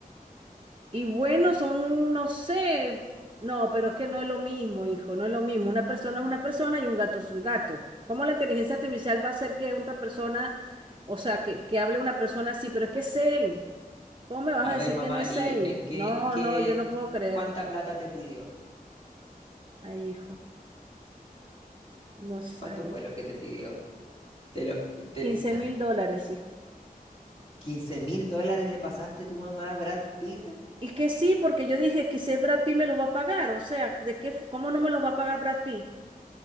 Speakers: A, on the right; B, on the left.
A: Y bueno, son, no sé, no, pero es que no es lo mismo, hijo, no es lo mismo. Una persona es una persona y un gato es un gato. ¿Cómo la inteligencia artificial va a hacer que otra persona, o sea, que, que hable una persona así, pero es que es él? ¿Cómo me vas
B: A
A: a decir
B: ver, mamá,
A: que no es
B: ¿y
A: él?
B: eh, qué,
A: No,
B: qué,
A: no, yo no puedo creer,
B: cuánta
A: no.
B: plata te pidió?
A: Ay, hijo, no sé,
B: ¿Cuánto
A: ay,
B: fue lo que te pidió? Te lo, te-
A: 15 mil dólares, hijo.
B: Quince mil dólares le pasaste tu mamá a Brad Pitt.
A: Y que sí, porque yo dije que si es Brad Pitt me los va a pagar, o sea, ¿de qué, f- cómo no me los va a pagar Brad Pitt?